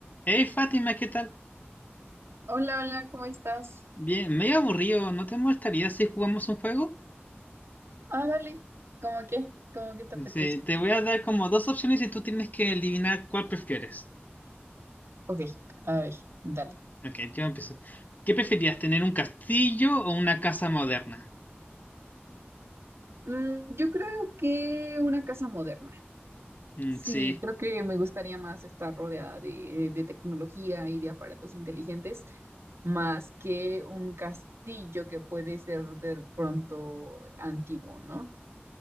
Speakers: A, on the left (about 40°); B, on the right (about 80°).
A: Hey Fátima, ¿qué tal?
B: Hola, hola, ¿cómo estás?
A: Bien, medio aburrido, ¿no te molestaría si jugamos un juego?
B: Ah, vale. ¿Cómo qué? ¿Cómo que te
A: Dice,
B: apetece?
A: te voy a dar como dos opciones y tú tienes que adivinar cuál prefieres.
B: Ok, a ver, dale.
A: Ok, yo empiezo. ¿Qué preferías, tener un castillo o una casa moderna?
B: Mm, yo creo que una casa moderna.
A: Mm,
B: Sí,
A: sí,
B: creo que me gustaría más estar rodeada de, de tecnología y de aparatos inteligentes, más que un castillo que puede ser de pronto antiguo, ¿no?